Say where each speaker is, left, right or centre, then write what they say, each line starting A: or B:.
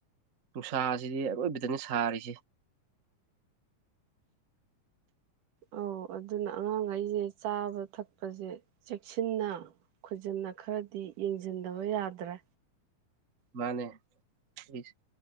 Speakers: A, on the right; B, on the right.
A: ꯅꯨꯡꯁꯥꯁꯤꯗꯤ ꯑꯔꯣꯏꯕꯤꯗꯅ ꯁꯥꯔꯤꯁꯤ꯫
B: ꯑꯧ ꯑꯗꯨꯅ ꯑꯉꯥꯡꯈꯩꯁꯦ꯫ ꯆꯥꯕ ꯊꯛꯄꯁꯦ ꯆꯦꯛꯁꯤꯟꯅ ꯈꯣꯏꯖꯤꯟꯅ ꯈꯔꯗꯤ ꯌꯦꯡꯖꯤꯟ ꯖꯤꯟꯗꯕ ꯌꯥꯗ꯭ꯔꯦ꯫
A: ꯃꯥꯅꯦ ꯑꯩ